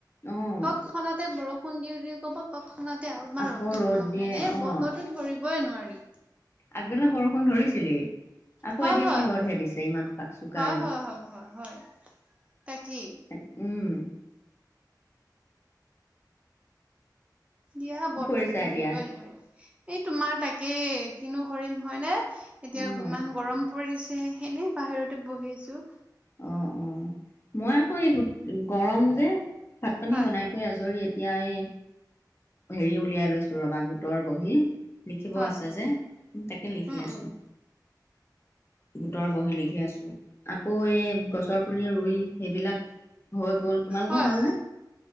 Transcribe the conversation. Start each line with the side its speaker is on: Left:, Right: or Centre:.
Left: অ'
Right: তৎক্ষণাতে বৰষুণ দিওঁ দিওঁ কব, তৎক্ষণা তে তোমাৰ
Left: আকৌ
Right: ৰ'দটো
Left: ৰ'দ
Right: বহেনে।
Left: দিয়ে
Right: এনেই
Left: অ'
Right: বতৰটো ধৰিবই নোৱাৰি।
Left: আগবেলা বৰষুণ ধৰিছিলেই, আকৌ
Right: হয়
Left: এতিয়াচোন
Right: হয়
Left: ৰ'দহে দিছে ইমান চোকা
Right: হয়
Left: ৰ'দ।
Right: হয় হয় হয় হয় তাকেই
Left: উম।
Right: দিয়া
Left: কি
Right: বতৰটো
Left: কৰিছা
Right: ধৰিবই
Left: এতিয়া?
Right: নোৱাৰি, এই তোমাৰ তাকে কিনো কৰিম হয়নে? এতিয়া
Left: অ'
Right: ইমান গৰম পৰিছে এনে বাহিৰতে বহি আছোঁ।
Left: অৱ অৱ মই আকৌ এই গৰম যে ভাত পানী
Right: হয়
Left: বনাই
Right: হয়
Left: কৰি আজৰি এতিয়াই হেৰি, উলিয়াই লৈছো ৰবা গোটৰ বহি লিখিব
Right: হয়
Left: আছে
Right: হয়
Left: যে তাকে লিখি
Right: উম
Left: আছো।
Right: উম
Left: গোটৰ বহি লিখি আছো। আকৌ এই গছৰ পুলি ৰুই সেইবিলাক হৈ গল তোমালোকৰ
Right: হয়
Left: হলনে?